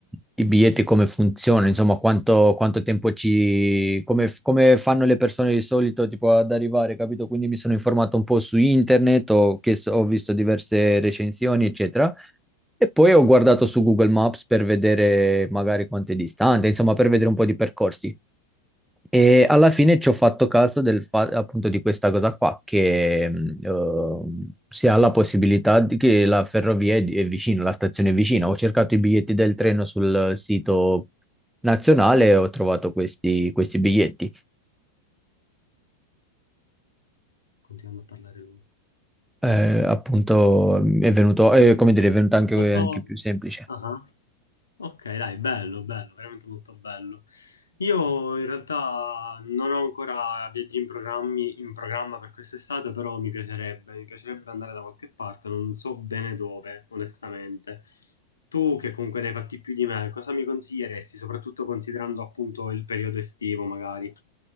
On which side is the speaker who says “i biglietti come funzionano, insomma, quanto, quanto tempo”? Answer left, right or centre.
Centre